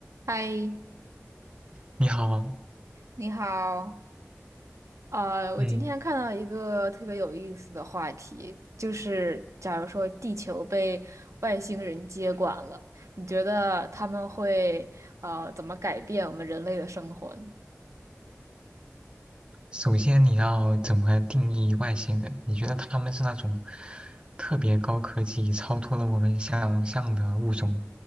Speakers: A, on the right; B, on the right.
A: 嗨，
B: 你好，
A: 你好。呃，我今天看到一个特别有意思的话题，
B: 嗯，
A: 就是假如说地球被外星人接管了，你觉得他们会呃怎么改变我们人类的生活呢？
B: 首先你要怎么定义外星人？你觉得他们是那种特别高科技、超脱了我们想象的物种，